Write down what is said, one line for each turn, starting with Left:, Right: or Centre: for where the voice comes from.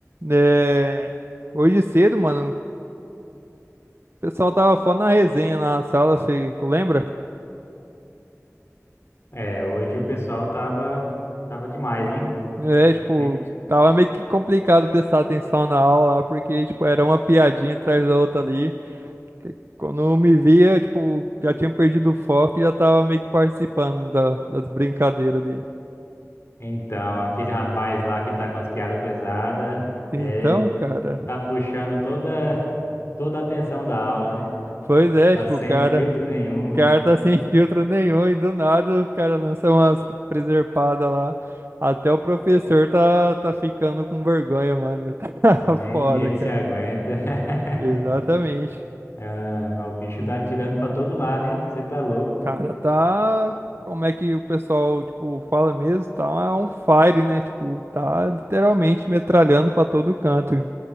Right: é... hoje cedo, mano, o pessoal tava falando na resenha na sala, se tu lembra?
Left: É, hoje o pessoal tava tava demais, hein?
Right: É, tipo,
Left: Pri-
Right: tava meio que complicado prestar atenção na aula lá, porque, tipo, era uma piadinha atrás da outra ali. que Quando eu me via, tipo, já tinha perdido o foco e já tava meio que participando da- das brincadeiras ali.
Left: Então, aquele rapaz lá que tá com as piadas pesadas,
Right: Então,
Left: é,
Right: cara,
Left: tá puxando toda toda a atenção da aula, né?
Right: pois é,
Left: Tá
Right: tipo,
Left: sem
Right: o cara,
Left: filtro nenhum,
Right: o cara tá <laughs> sem filtro nenhum e do nada o cara lança umas preservadas lá. Até o professor tá, tá ficando com vergonha, mano. <laughs> Tá
Left: nem
Right: foda,
Left: ele
Right: cara.
Left: se aguenta. <laughs>
Right: Exatamente.
Left: Ah, mas o bicho tá atirando pra todo lado, hein? Você tá louco?
Right: Cara, tá. Como é que o pessoal, tipo, fala mesmo? Tá on fire, né? Tipo, tá literalmente metralhando pra todo canto.